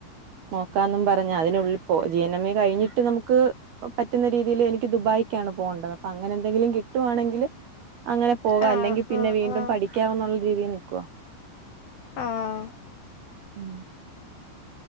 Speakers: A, on the right; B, on the left.
A: നോക്കാന്നും പറഞ്ഞ് അതിനുള്ളിപ്പോ ജീ എൻ മ്മേ കഴിഞ്ഞിട്ട് നമുക്ക് പറ്റുന്ന രീതീല് എനിക്ക് ദുബായ്ക്കാണ് പോണ്ട പ അങ്ങനെന്തെങ്കിലും കിട്ടുവാണെങ്കില് അങ്ങനെ പോക
B: ആ
A: ല്ലെങ്കി പിന്നെ
B: ആ
A: വീണ്ടും
B: ആ
A: പഠിക്കാ ന്നുള്ള രീതി നിക്കുവ
B: ആഹ്
A: ഉം